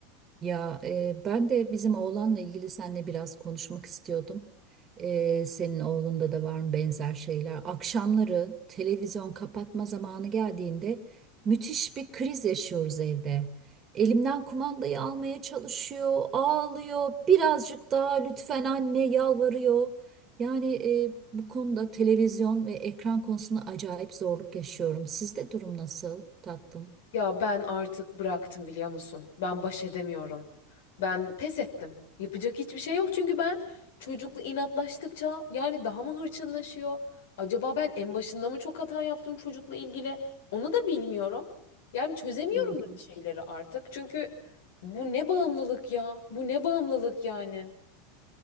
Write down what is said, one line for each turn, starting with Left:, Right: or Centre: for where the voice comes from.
Right: Ya e, ben de bizim oğlanla ilgili seninle biraz konuşmak istiyordum. E, senin oğlunda da var mı benzer şeyler? Akşamları televizyon kapatma zamanı geldiğinde müthiş bir kriz yaşıyoruz evde. Elimden kumandayı almaya çalışıyor, ağlıyor, birazcık daha lütfen anne yalvarıyor. Yani e, bu konuda televizyon ve ekran konusunda acayip zorluk yaşıyorum. Sizde durum nasıl tatlım?
Left: Ya ben artık bıraktım biliyor musun? Ben baş edemiyorum. Ben pes ettim. Yapacak hiçbir şey yok çünkü ben çocukla inatlaştıkça yani daha mı hırçınlaşıyor? Acaba ben en başında mı çok hata yaptım çocukla ilgili? Onu da bilmiyorum. Yani çözemiyorum
Right: Hı.
Left: da
Right: hı.
Left: bir şeyleri artık. Çünkü bu ne bağımlılık ya? Bu ne bağımlılık yani?